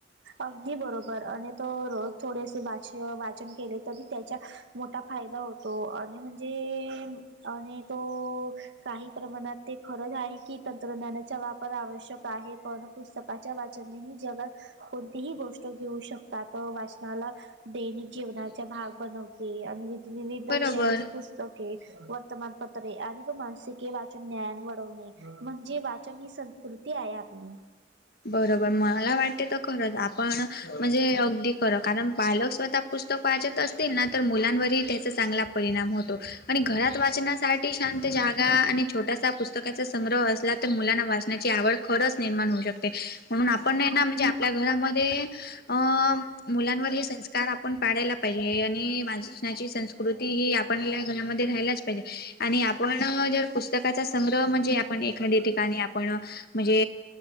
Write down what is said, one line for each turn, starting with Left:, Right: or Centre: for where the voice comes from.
Right: अगदी बरोबर आणि तो रोज थोडेसे वाच वाचन केले तरी त्याच्या मोठा फायदा होतो आणि म्हणजे आणि तो काही प्रमाणात ते खरंच आहे की तंत्रज्ञानाचा वापर आवश्यक आहे पण पुस्तकाच्या वाचन ही जगात कोणतीही गोष्ट घेऊ शकतात वाचनाला. दैनिक जीवनाचा भाग बनवते आणि विविध
Left: बरोबर
Right: विषयाची पुस्तके वर्तमानपत्रे आणि तो मानसिके वाचून ज्ञान वाढव म्हणजे वाचन ही संस्कृती आहे आपली
Left: बरोबर मला वाट ते खर आपण म्हणजे अगदी खर कारण पाहिल स्वतः पुस्तक वाचत अस तील ना तर मुलांवर ही त्याचा चांगला परिणाम होतो आणि घरात वाचनासा अति शांत जागा आणि छोटासा पुस्त पुस्तकाचा संग्रह वाचला तर तर मुलांना वाचण्याची आवड खरच निर्माण होऊ शकते म्हणून आपण न्हाय ना ज्या आपल्या घरामध्ये अ मुलांवर हे संस्कार आपण पाडयला. पाहिजे आणि वाचनाची संस्कृती ही आपणल्या घरामध्ये राहिलाच पाहिजे आणि आपण जर पुस्तकाचा संग्रह म्हणजे आपण एखादी ठिकाणी आपण म्हणजे